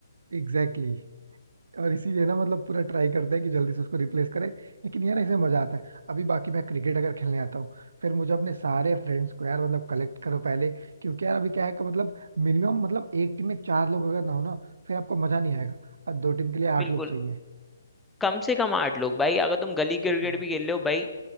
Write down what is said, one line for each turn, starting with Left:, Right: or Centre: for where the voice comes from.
Right: एग्जैक्टली और इसीलिए ना मतलब पूरा ट्राई करते हैं कि जल्दी से उसको रिप्लेस करें लेकिन यार इसमें मजा आता है अभी बाकी मैं क्रिकेट अगर खेलने आता हूँ फिर मुझे अपने सारे फ्रेंड्स को यार मतलब कलेक्ट करो पहले क्योंकि यार अभी क्या है कि मतलब मिनिमम मतलब एक टीम में चार लोग अगर ना हो ना फिर आपको मजा नहीं आएगा और दो टीम के लिए आठ
Centre: बिल्कुल
Right: लोग चाहिए
Centre: कम से कम आठ लोग भाई अगर तुम गली क्रिकेट
Right: Exactly.
Centre: भी खेल रहे हो भाई